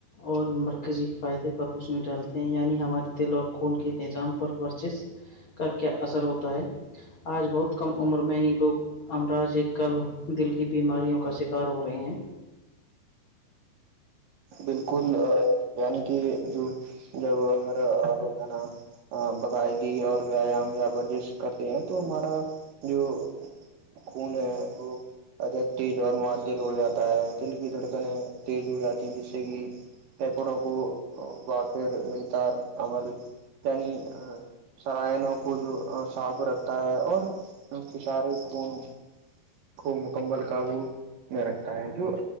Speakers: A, on the left (about 75°); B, on the right (about 65°).
A: اور مرکزی فائدے پر روس میں ڈالتے ہیں یعنی ہمارے تل اور خون کے نظام پر ورچش کا کیا اثر ہوتا ہے آج بہت کم عمر میں ہی لوگ امراض ایک کلب دل کی بیماریوں کا شکار ہو رہے ہیں
B: بالکل یعنی کہ جو جب ہر روزانہ ہ باقاعدی اور ویایام یا ورزش کرتے ہیں تو ہمارا جو خون وہ ادب تیز اور معدل ہو جاتا ہے دل کی دھڑکنیں تیز ہو جاتی ہیں جس سے کہ پپڑوں کو و پھر نہیںدار عل عنی سرائنوں کو جو صاف رکھتا ہے اور ان کے سارے خون کو مکمل قابو میں رکھتا ہے جو